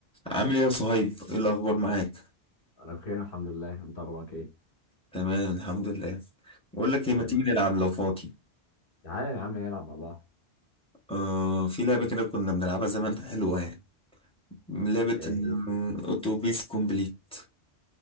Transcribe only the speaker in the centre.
عامل ايه يا صهيب؟ ايه الأخبار معاك؟
تمام الحمد لله بقول لك ايه
ما تيجي نلعب لو فاضي
آه في لعبة كده كنا بنلعبها زمان حلوة يعني لعبة
الأوتوبيس
كومبليت